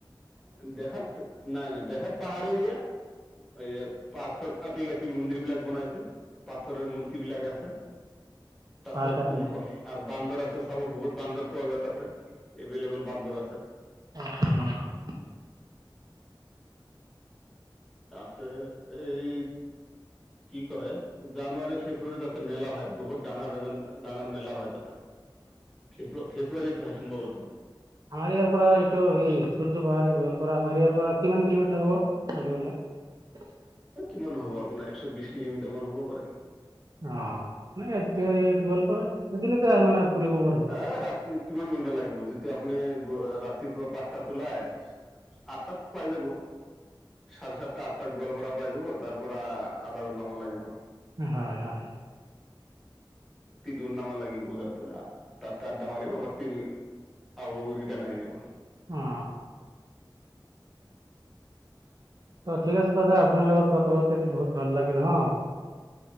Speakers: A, in the centre; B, on the right.
A: দেখাত নাই নাই দেখাত পাহাৰ এৰিয়া, এই পাথৰ কাটি কাটি মন্দিৰ বিলাক বনাইছে, পাথৰৰ মূৰ্তি বিলাক আছে। তাতে
B: পাহাৰ
A: একদম
B: কাটি
A: আৰু বান্দৰ আছে চাব বহুত বান্দৰ পোৱা যায় তাতে। এভেইলেবল বান্দৰ আছে।
B: অ অ অ
A: তাতে এই কি কয় জানুৱাৰী ফেব্ৰুৱাৰী তাতে মেলা হয় বহুত ডাঙৰ ডাঙৰ ডাঙৰ মেলা হয় তাতে ফে ফেব্ৰুৱাৰী হয় সম্ভৱত
B: আমাৰ ইয়াৰ পৰা এইটো এই সূৰ্য পাহাৰ গোৱালপাৰা আমাৰ ইয়াৰ পৰা কিমান কিলোমিটাৰ হব তালৈ গ'লে? <inaudible>
A: কিমান হ'ব আপোনাৰ এশ বিশ কিলোমিটাৰ মান হ'ব পাৰে।
B: অহহ নাই এই গোৱালপাৰা এদিনতে মানে ফুৰিব পৰা যাব
A: এ ৰাতি কিমান ঘণ্টা লাগিব যদি আপুনি ৰাতিপুৱা পাঁচ তাত ওলাই সাত তাত পাই যাব। চাৰে সাতটা আঠটাত গোৱালপাৰা পাই যাব, তাৰ পৰা আধা ঘণ্টা মান লাগিব।
B: হয় হয়।
A: তিনিঘণ্টা মান লাগিব পূজাৰ পৰা <unintelligible> আ উৰিদান আহি যাব।
B: অ অ ঠিক আছে দাদা আপোনাৰ লগত কথা পাতি বহুত ভাল লাগিল হ।